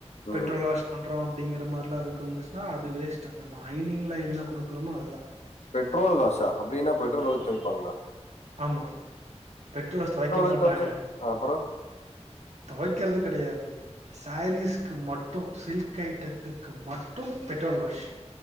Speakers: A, on the left; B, on the right.
A: ம்
B: பெட்ரோல் வாஷ் பண் ப்றோ அப்டிங்கிற மாரிலா இருக்கு ந்துச்சுன்னா அது வேஸ்ட்டு நம்ம ஐனிங்ல என்ன குடுக்குறமோ அதுதா
A: பெட்ரேல் லாஸா அப்டின்னா பெட்ரோல் வெச்சு
B: ஆமா
A: விப்பாங்களா
B: ஆமா பெட்ரோல் ஸ்ட்ரைக்க மாட்டாங்க
A: ஊத்தி வச்சா அப்புறோ
B: தொவைக்கிறது கெடையாது சாரீஸ்க்கு மட்டு சில்க் கைட்டத்துக்கு மட்டு பெட்ரோல் வாஷ்